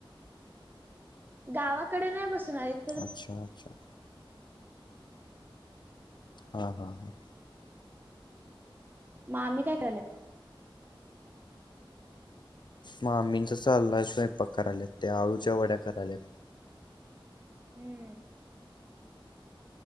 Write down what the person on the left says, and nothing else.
अच्छा अच्छा. हा हा हा.
मामीचं चाललंय स्वयंपाक करायल्यात त्या. आळूच्या वड्या करायल्यात.